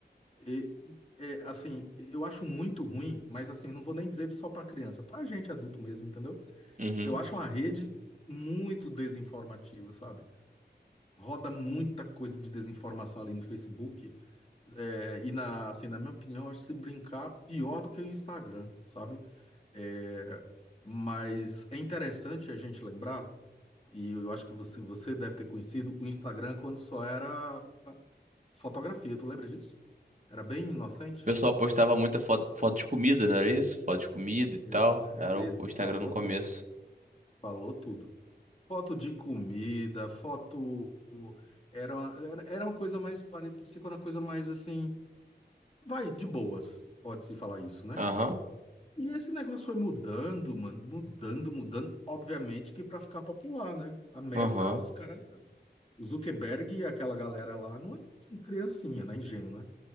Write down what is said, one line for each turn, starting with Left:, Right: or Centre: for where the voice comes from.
Left: e- é, assim, eu acho muito ruim, mas assim, não vou nem dizer só para criança, para gente adulto mesmo, entendeu?
Right: Uhum.
Left: Eu
Right: O
Left: acho uma rede muito desinformativa, sabe? Roda muita coisa de desinformação ali no Facebook é, e na, assim, na minha opinião, acho que se brincar pior do que o Instagram, sabe? É, mas é interessante a gente lembrar, e eu acho que você, você deve ter conhecido o Instagram quando só era fotografia, tu lembra disso? Era bem inocente?
Right: pessoal postava muita foto, foto de comida, não era isso? Foto de comida e
Left: Ex-
Right: tal. Era
Left: ex-
Right: o, o Instagram
Left: Falou
Right: no começo.
Left: tudo, falou tudo. Foto de comida, foto. Era uma, era era uma coisa mais, pare- parecia que era uma coisa mais assim, vai, de boas, pode-se falar isso, né?
Right: Aham,
Left: E esse negócio foi mudando, mano, mudando, mudando. Obviamente que para ficar popular, né? A meta,
Right: aham,
Left: os caras, o Zuckerberg e aquela galera lá não é criancinha, né? Ingênuo, né?